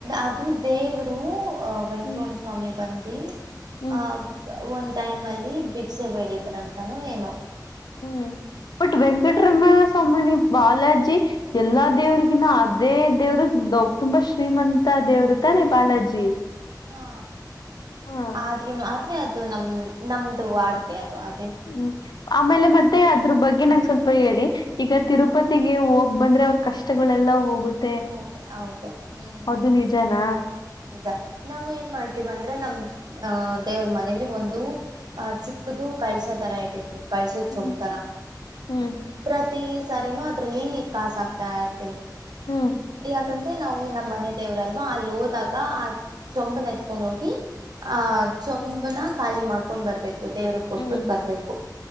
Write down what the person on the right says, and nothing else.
ಅದು ದೇವರು ವೆಂಕಮಣ
ಸ್ವಾಮಿ ಬಂದಿ
ಆ ಒಂದ್ ಟೈಮ್ ಅಲ್ಲಿ ಬಿಕ್ಸೆ ಬೇಡಿದ್ರಂತನೂ ಏನು.
ಹಾ
ಆದ್ರೂನು ಆದ್ರೆ ಅದು ನಮ ನಮ್ದು ವಾಡಿಕೆ ಅದು ಅ
ಓ ಹೌದು ಹ್ಮ.
ನಿಜ ನಾವು ಏನ್ ಮಾಡ್ತೀವ ಅಂದ್ರೆ ನಮ ಅ ದೇವ್ರ ಮನೇಲಿ ಒಂದು ಅ ಚಿಕ್ಕದು ಕಳಸ ತರ ಇಟ್ಟರತಿವಿ. ಕಳಸದ
ಚಮತರ
ಪ್ರತಿ ಸರಿನೂ ಅದ್ರಲ್ಲಿ ಕಾಸ ಆಗ್ತಾ ಇರ್ತವಿ.
ಯಾಕಂದ್ರೆ ನಾವು ನಮ್ಮ ಮನೆ ದೇವ್ರಲ್ವಾ ಅಲ್ಲಿ ಹೋದಾಗ ಆ ಚೊಂಬನೆಚ್ಕೊಂಡ ಹೋಗಿ ಆ ಚೊಂಬನ ಖಾಲಿ ಮಾಡ್ಕೊಂಡ ಬರ್ಬೇಕು. ದೇವ್ರ ಕೊಟ್ಬಿಟ್ಟು
ಬರಬೇಕು